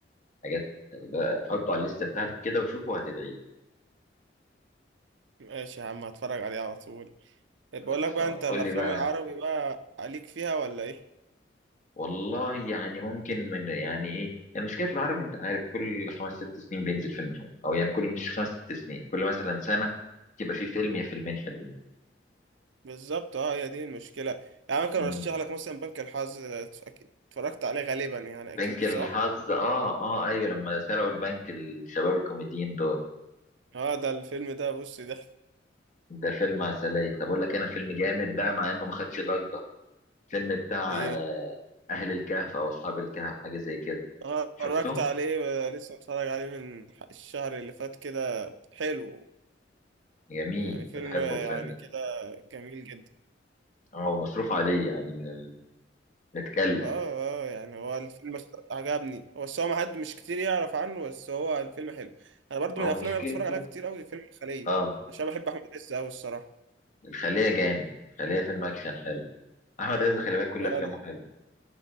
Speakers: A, on the left; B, on the right.
A: حاجات بقى حطوا على الليسته بتاعتك كده وشوفوا هتدعي
B: ماشي يا عم هتفرج عليه على طول بقول
A: خلصان
B: لك بقى انت
A: قول
B: الافلام
A: لي بقى
B: العربي بقى عليك فيها ولا ايه
A: والله يعني ممكن من يعني ايه يعني المشكله في العربي انت عارف كل خمس ست سنين بينزل فيلم حلو او يعني كل مش خمس ست سنين كل مثلا سنه يبقى في فيلم يا فيلمين حلوين
B: بالظبط اه هي دي المشكله يعني ممكن
A: مم.
B: ارشح لك مثلا بنك الحظ اكيد اتفرجت عليه غالبا يعني اكيد
A: بنك الحظ
B: صح
A: اه اه ايوه لما سرقوا البنك الشباب الكوميديين دول
B: اه ده الفيلم ده بص ضحك
A: ده فيلم عسلية طب أقول لك أنا فيلم جامد بقى مع إنه ما خدش ضجة فيلم بتاع
B: ايه
A: آه، أهل الكهف أو أصحاب الكهف حاجة زي كده
B: اه
A: شفته؟
B: اتفرجت عليه آه، لسه اتفرج عليه من ح- الشهر اللي فات كده حلو
A: جميل
B: يعني فيلم
A: أنا بحبه
B: يعني
A: الفيلم ده
B: كده جميل جدا
A: اه هو مصروف عليه يعني م- متكلف
B: اه اه يعني هو الفيلم است- عجبني هو بس هو ما حد مش كتير يعرف عنه بس هو الفيلم حلو انا برضو
A: ما
B: من
A: هو
B: الافلام
A: مشكلته
B: اللي بتفرج عليها كتير قوي فيلم الخليه
A: اه
B: عشان بحب احمد عز قوي الصراحه
A: الخلية جامد الخلية فيلم أكشن حلو أحمد عز خلي بالك كل
B: ما
A: أفلامه
B: هو ال-
A: حلوة